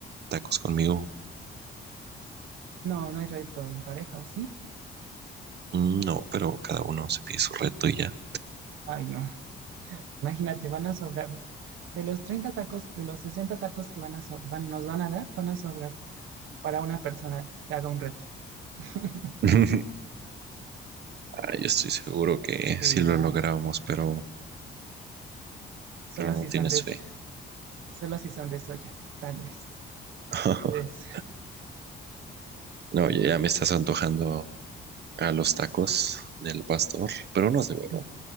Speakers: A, on the right; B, on the right.
A: tacos conmigo.
B: No, no hay reto en pareja, ¿o sí?
A: Mm, No, pero cada uno se pide su reto y ya.
B: Ay, no. Imagínate, van a sobrar. De los treinta tacos, de los 60 tacos que van a so- van, nos van a dar, van a sobrar para una persona que haga un reto. <laughs>
A: <laughs> Ah, yo estoy seguro que
B: Sí,
A: sí lo
B: no.
A: logramos, pero,
B: Solo
A: pero no
B: si
A: tienes
B: son de,
A: fe.
B: solo si son de soya, tal vez.
A: <laughs>
B: Pues,
A: No, ya ya me estás antojando a los tacos del pastor, pero unos de verdad.
B: mm,